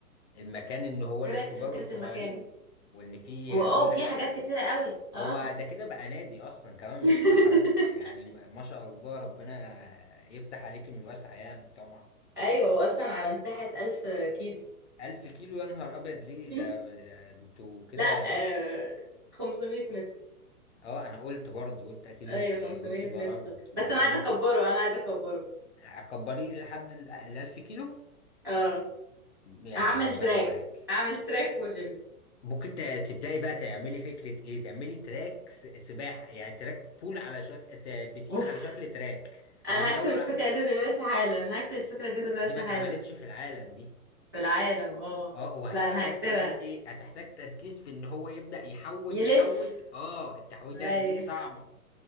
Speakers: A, on the left (about 50°); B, on the right (about 20°).
A: المكان ان هو
B: ايه
A: للكبار
B: رأيك في فكرة
A: والصغيرين
B: المكان
A: وان فيه
B: واه
A: كل
B: في
A: حاجة
B: حاجات كتيرة قوي اه
A: هو ده كده بقى نادي اصلا كمان
B: <laughs>
A: مش سباحة بس يعني ما ما شاء الله ربنا يفتح عليك من الواسع يعني طبعا
B: ايوه هو اصلا على مساحة ألف كيلو
A: ألف كيلو يا نهار أبيض ليه
B: <laughs>
A: ده, ده انتوا كده
B: لا آه 500 متر
A: اه أنا قلت برضه قلت أكيد
B: ايوه
A: انتي
B: 500
A: قلتي
B: متر
A: بغلط
B: بس
A: 500
B: انا عايزة اكبره انا عايزة اكبره
A: أكبريه لحد ال 1000 كيلو
B: اه
A: يعني
B: هعمل
A: ربنا
B: تراك
A: معاك
B: هعمل تراك وجيم
A: ممكن ت- تبدأي بقى تعملي فكرة ايه تعملي تراك س- سباحة يعني تراك بول على شكل س- بسين
B: اوف
A: على شكل تراك هتبقي
B: انا هكتب
A: اول
B: الفكرة
A: واحدة في-
B: دي دلوقتي حالا هكتب الفكرة دي دلوقتي
A: دي ما اتعملتش
B: حالا
A: في العالم دي
B: في العالم اه
A: اه وهتحتاج
B: لا انا هكتبها
A: كمان ايه هتحتاج تركيز في ان هو يبدأ يحود
B: يلف
A: يحود اه التحويدة
B: اي
A: دي صعبة